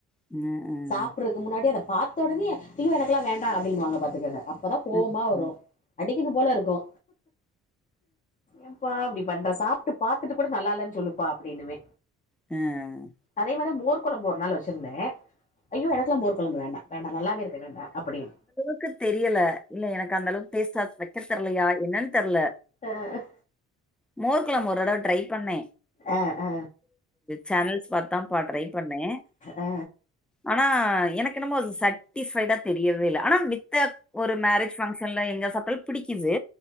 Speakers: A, in the centre; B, on the left (about 25°).
A: ம், ம்.
B: சாப்புறதுக்கு முன்னாடி அத பார்த்த ஒடனயே ஐயோ எனக்குல்லா வேண்டா அப்டின்னு வாங்க பாத்துக்கங்க அப் அப்பதா கோவமா
A: ம்,
B: வரு அடிக்கனும் போல இருக்கு ஏம்பா அப்டி பண்ற சாப்ட்டு பாத்துட்டு கூட நல்லா இல்லன் சொல்லுப்பா அப்டின்னுவே
A: ம்
B: அதே மாரிதா மோர் கொழம்பு ஒரு நாள் வச்சுருந்தே ஐய்யோ எனக்குல்லா மோர் குழம்பு வேண்டா வேண்டா நல்லாவே இருக்கு வேண்டா அப்புடின்னு
A: க்கு தெரியல இல்ல எனக்கு அந்த அளவுக்கு டேஸ்டா வக்க தெர்லையா என்னன்னு தெர்ல
B: அ அ
A: மோர் குழம்பு ஒரு தடவ ட்ரை பண்ணே
B: அ அ
A: சேனல்ஸ் பாத்துதாப்பா ட்ரை பண்ணே
B: ஆ
A: ஆனா எனக்கு என்னமோ அது தட்டி பைஃவ்தா தெரியவே இல்ல ஆனா மித்த ஒரு மேரேஜ் பஃங்க்ஷன்ல எங்க சாப்டாலு பிடிக்குது